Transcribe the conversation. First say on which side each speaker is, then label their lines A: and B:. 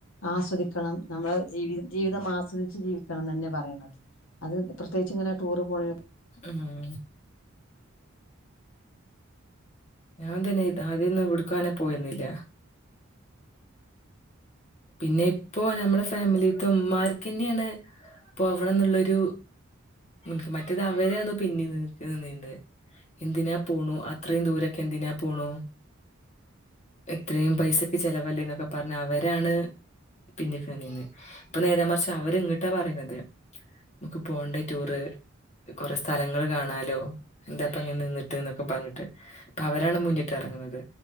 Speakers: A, on the left; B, on the left.
A: ആസ്വദിക്കണം നമ്മെള ജീവിത ജീവിതം ആസ്വദിച്ച് ജീവിക്കണം തന്നെ പറയണത് അത് പ്രത്യേകിച്ച് ഇങ്ങനെ ടൂറ് പോയ
B: മ്മ് ഞാൻ തന്നെ ഇത് ആദ്യന്ന് എവിടേക്കെന്ന് പോയിരുന്നില്ല പിന്നെ ഇപ്പോ നമ്മെള ഫാമിലിത്തു ഉമ്മർക്ക് തന്നെയത് പോവണംന്നുള്ളൊരു ക്ക് മറ്റേത് അവരാണ് പിന്നീക്ക് നിന്നേന്ന് എന്തിനാ പോണു അത്രയും ദൂരൊക്കെ എന്തിനാ പോണു എത്രയും പൈസക്ക് ചെലവല്ലേ എന്നൊക്കെ പറഞ്ഞ അവരാണ് പിന്നിക്ക് നിന്നേന്ന് ഇപ്പൊ നേരെ മറിച്ച് അവര് ഇങ്ങോട്ടാ പറയുന്നത് നക്ക് പോണ്ടേ റ്റൂറ് കൊറെ സ്ഥലങ്ങള് കാണാലോ എന്താപ്പ ഇങ്ങി നിന്നിട്ട് ന്നൊക്കെ പറഞ്ഞിട്ട് അവരാണ് മുന്നിട്ട് എറങ്ങുന്നത്